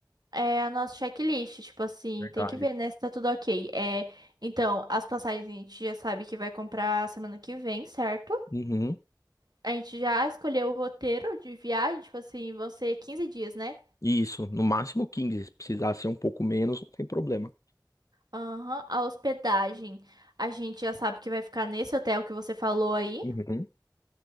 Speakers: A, on the right; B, on the left.
A: É a nossa checklist, tipo assim,
B: Verdade.
A: tem que ver, né, se tá tudo ok. É, então, as passagens a gente já sabe que vai comprar semana que vem, certo?
B: Uhum.
A: A gente já escolheu o roteiro de viagem, tipo assim, vão ser 15 dias, né?
B: Isso, no máximo 15, se precisar ser um pouco menos, não tem problema.
A: Aham, A hospedagem, a gente já sabe que vai ficar nesse hotel que você falou aí.
B: Uhum.